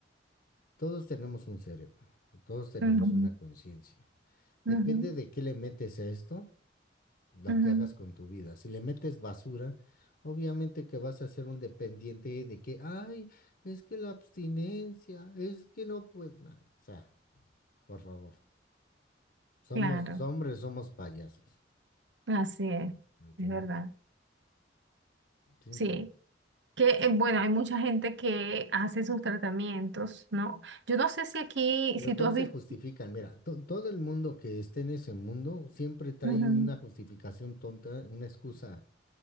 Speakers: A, on the left; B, on the right.
A: Todos tenemos un cerebro, todos tenemos
B: Ujú,
A: una conciencia. Depende
B: ujú,
A: de qué le metes a esto, lo
B: ujú.
A: que hagas con tu vida. Si le metes basura, obviamente que vas a ser un dependiente de que, ay, es que la abstinencia, es que no puedes nada. O sea, por favor, somos
B: Claro,
A: hombres, somos payasos,
B: así es,
A: ¿me ¿entiendes?
B: es verdad.
A: Simple.
B: Sí. Que, eh, bueno, hay mucha gente que hace sus tratamientos, ¿no? Yo no sé si aquí,
A: Pero
B: si
A: todos
B: tú has visto...
A: se justifican. Mira, to- todo el mundo que esté en ese mundo siempre trae
B: Ujú,
A: una justificación tonta, una excusa